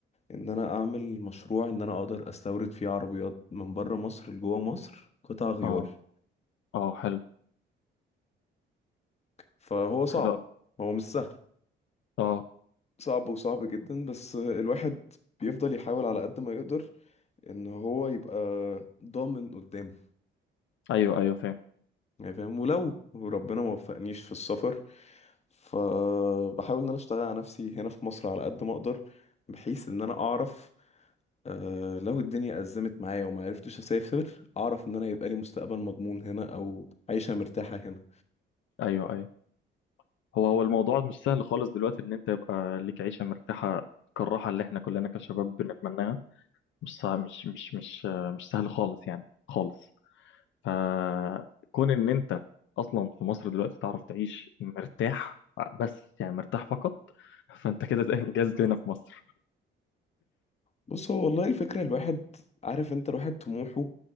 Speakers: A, on the left (about 35°); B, on the left (about 75°).
A: ان انا اعمل مشروع ان انا اقدر استورد فيه عربيات من بره مصر لجوه مصر قطع غيار
B: اه اه حلو
A: فهو صعب
B: حلو أوي.
A: هو مش سهل
B: اه
A: صعب وصعب جدا بس آه، الواحد بيفضل يحاول على قد ما يقدر ان هو يبقى ضامن قدام
B: ايوه ايوه فاهم
A: يعني فاهم ولو ربنا ما وفقنيش في السفر فبحاول ان انا اشتغل على نفسي هنا في مصر على قد ما اقدر بحيث ان انا اعرف آه لو الدنيا ازمت معايا وما عرفتش اسافر اعرف ان انا يبقى لي مستقبل مضمون هنا او عيشة مرتاحة هنا
B: ايوه ايوه هو هو الموضوع مش سهل خالص دلوقتي ان انت يبقى ليك عيشه مرتاحه كالراحه اللي احنا كلنا كشباب بنتمناها مش سهل مش مش مش آه، مش سهل خالص يعني خالص فكون ان انت اصلا في مصر دلوقتي تعرف تعيش مرتاح بس يعني مرتاح فقط فانت كده ده انجاز هنا في مصر
A: بص هو والله الفكرة الواحد عارف انت الواحد طموحه